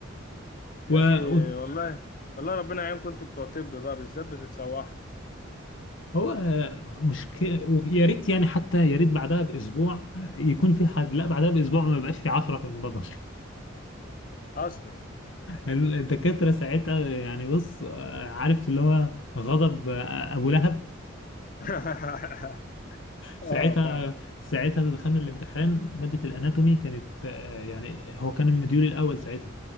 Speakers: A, on the left (about 65°); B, on the left (about 45°).
A: و...
B: يا اخي
A: و...
B: والله والله ربنا يعينكم انتوا بتوع طب بقى بالذات بتتسوحوا
A: هو مشكله ويا ريت يعني حتى يا ريت بعدها باسبوع يكون في حد لا بعدها باسبوع ما بقاش في 10 في المدرج
B: اصلا
A: الدكاترة ساعتها يعني بص آه، عارف اللي هو غضب آه، أبو لهب
B: <laughs>
A: ساعتها
B: اه فاهم
A: ساعتها دخلنا الامتحان مادة الأناتومي كانت آه، يعني هو كان المديول الأول ساعتها